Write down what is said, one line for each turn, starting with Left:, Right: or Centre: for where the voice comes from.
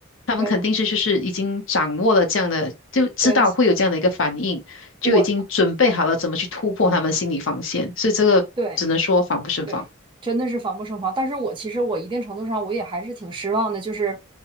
Left: 他们肯定是就是已经掌握了这样的，
Right: 对
Left: 就知道会有这样的一个反应，
Right: 对，
Left: 就已经准备好了怎么去突破他们心理防线，
Right: 我
Left: 所以这个只能说防不胜防。
Right: 对。对，真的是防不胜防。但是我其实我一定程度上我也还是挺失望的，就是